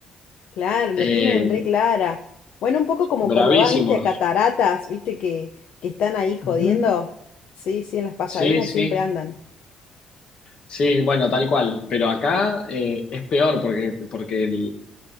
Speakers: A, on the left (about 55°); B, on the left (about 40°).
A: Claro, la
B: Eh,
A: tienen re clara. Bueno, un poco como
B: bravísimos.
A: cuando vas, viste, a cataratas, viste, que, que están ahí jodiendo.
B: Ujú.
A: Sí, sí, en las pasarelas
B: Sí, sí,
A: siempre andan.
B: sí, bueno, tal cual, pero acá eh, es peor porque, porque